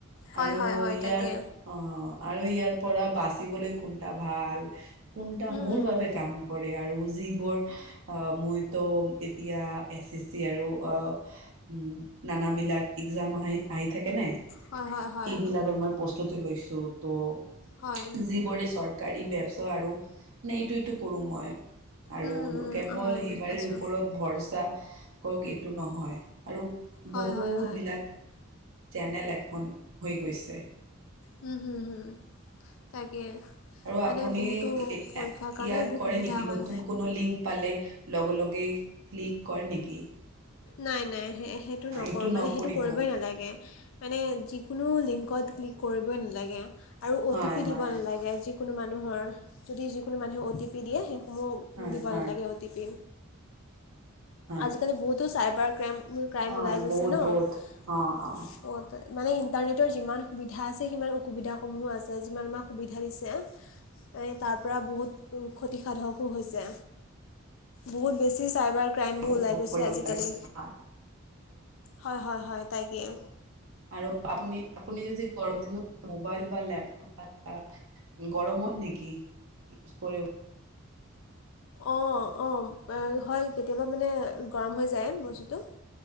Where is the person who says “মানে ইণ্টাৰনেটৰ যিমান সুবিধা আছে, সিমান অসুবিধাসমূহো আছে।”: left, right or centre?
Left